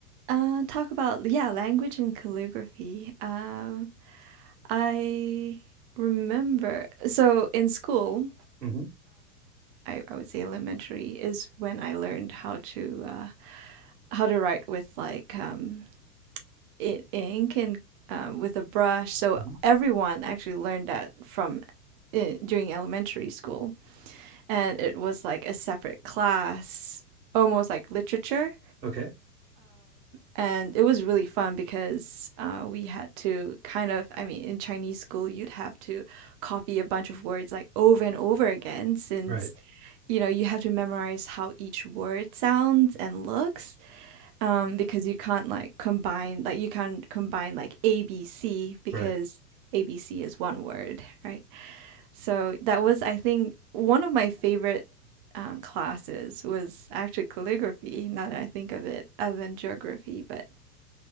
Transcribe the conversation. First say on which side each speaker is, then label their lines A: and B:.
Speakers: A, on the right; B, on the right.
A: uh, talk about yeah, language and calligraphy. Um, I remember so in school,
B: hmm
A: I, I would say elementary is when I learned how to uh, how to write with like um, ink and uh, with a brush. So
B: hmm
A: everyone actually learned that from uh, during elementary school, and it was like a separate class, almost like literature.
B: Okay,
A: And it was really fun because uh, we had to kind of, I mean, in Chinese school, you'd have to copy a bunch of words like over and over again since,
B: right,
A: you know, you have to memorize how each word sounds and looks um, because you can't like combine, like you can't combine like A, B, C because
B: right.
A: A, B, C is one word, right? So that was, I think, one of my favorite um, classes was actually calligraphy. Now that I think of it, other than geography, but